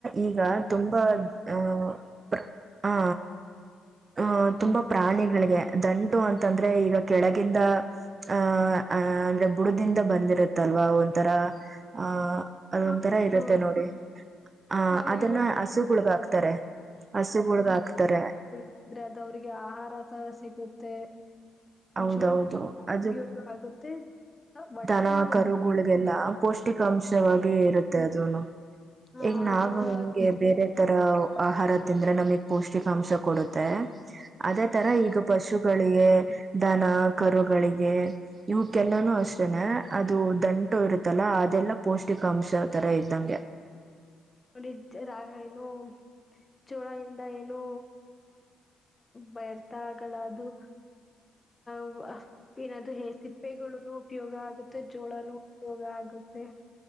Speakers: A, on the right; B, on the left.
A: ಈಗ ತುಂಬಾ ಆಹ ಪ್ರ ಆ ಅಹ ತುಂಬಾ ಪ್ರಾಣಿಗಳಿಗೆ ದಂಟು ಅಂತಂದ್ರೆ ಈಗ ಕೆಳಗಿಂದ ಆಹ ಅ ಅಂದ್ರೆ ಬುಡದಿಂದ ಬಂದಿರುತ್ತಲ್ವಾ ಒಂಥರ ಆಹ
B: ಕೂದಲು
A: ಅದೊಂತರಾ ಇರುತ್ತೆ ನೋಡಿ ಹ
B: ಆ
A: ಅದನ್ನ
B: ಇವಾಗ
A: ಹಸುಗುಳ್ಗ ಹಾಕ್ತಾರೆ ಹಸುಗಳುಳ್ಗ ಹಾಕ್ತಾರೆ
B: ಅಂದ್ರೆ ಅದ ಅವ್ರಿಗೆ ಆಹಾರದ ಸಿಗುತ್ತೆ.
A: ಹೌದೌದು
B: ಜೋಳ್ಉಪಯೋಗ
A: ಅದು
B: ಆಗುತ್ತೆ ಒಟ್ಟು
A: ದನ ಕರುಗಳಿಗೆಲ್ಲ ಪೌಷ್ಟಿಕಾಂಶವಾಗ
B: ಮೆ-
A: ಇರುತ್ತೆ ಅದನು.
B: ಆ
A: ಈಗ ನಾನು
B: ಜೋಳ
A: ನಿಮಗೆ ಬೇರೆ ತರ ಆಹಾರ ತಿಂದ್ರೆ ನಮಗೆ ಪೌಷ್ಟಿಕಾಂಶ ಕೊಡುತ್ತೆ. ಅದೇ
B: ಹ್ಮ್
A: ತರ
B: ಹ್ಮ್
A: ಈಗ ಪಶು <unintelligible> ಗೆ ದನ ಕರುಗಳಿಗೆ ಇವುಕ್ಕೆಲ್ಲಾನು ಅಷ್ಟ ಅದು ದಂಟು ಇರುತ್ತಲ್ಲ ಅದೆಲ್ಲಾ ಪೌಷ್ಟಿಕಾಂಶ ತರ ಇದ್ದಂಗೆ.
B: ನೋಡಿ ರಾಗ <unintelligible> ಏನು ಚೋಳ ಇಂದ ಏನು ವ್ಯರ್ಥ ಆಗಲ್ಲ ಅದು <unintelligible> ಏನದು ಹ ಸಿಪ್ಪೆಗಳುನು ಉಪಯೋಗ ಆ ಮತ್ತೆ ಜೋಳನೂ ಉಪಯೋಗ ಆಗುತ್ತೆ.